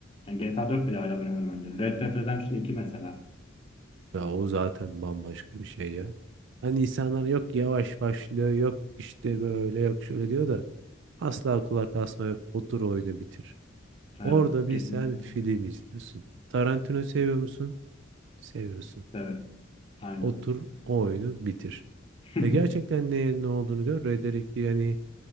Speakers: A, on the left; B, on the right.
A: Yani GTA 4 bile hala oynanır bence. Red Dead Redemption iki mesela.
B: Ya o zaten bambaşka bir şey ya. Hani insanlar yok yavaş başlıyor yok işte böyle yok şöyle diyor da asla kulak asma otur oyunu bitir.
A: Evet,
B: Orada bir
A: kesinlikle.
B: sen film izliyorsun. Tarantino seviyor musun? Seviyorsun.
A: Evet, aynen.
B: Otur o oyunu bitir.
A: <laughs>
B: Ya gerçekten neyin ne olduğunu gör. Red Dead 2 yani